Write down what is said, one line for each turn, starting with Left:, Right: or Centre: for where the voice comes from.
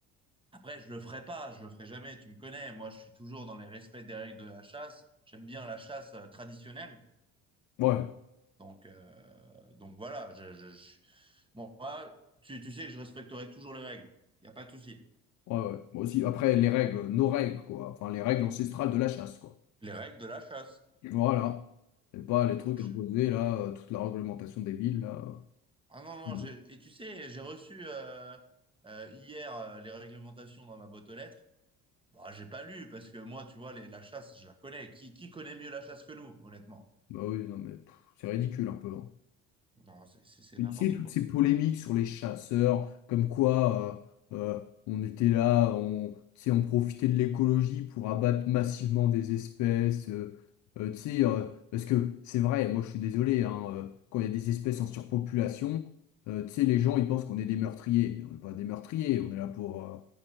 Right: Après, je le ferai pas, je le ferai jamais, tu me connais. Moi, je suis toujours dans les respects des règles de la chasse. J'aime bien la chasse euh, traditionnelle.
Left: Ouais,
Right: Donc, euh, donc voilà, je, je- je- bon, moi, tu, tu sais que je respecterai toujours les règles. Il n'y a pas de souci.
Left: ouais, ouais, moi aussi, après, les règles, nos règles, quoi, enfin, les règles ancestrales de la chasse, quoi.
Right: Les règles de la chasse.
Left: Voilà, et pas les trucs
Right: Ah, je-
Left: imposés, là, euh, toute la réglementation des villes, là.
Right: ah non, non,
Left: Mm.
Right: j'ai- et tu sais, j'ai reçu euh, euh, hier euh, les réglementations dans ma boîte aux lettres. Bah, j'ai pas lu parce que moi, tu vois, les- la chasse, je la connais. Qui, qui connaît mieux la chasse que nous, honnêtement?
Left: Bah oui, non, mais pff, c'est ridicule, un peu, hein.
Right: Non, c'est c'est- c'est
Left: Mais
Right: n'importe
Left: tu sais, toutes
Right: quoi.
Left: ces polémiques sur les chasseurs, comme quoi euh, euh, on était là, on, tu sais, on profitait de l'écologie pour abattre massivement des espèces. euh, euh, tu sais, euh, parce que c'est vrai, moi je suis désolé, hein, euh, quand il y a des espèces en surpopulation, euh, tu sais, les gens ils pensent qu'on est des meurtriers. On n'est pas des meurtriers, on est là pour, euh,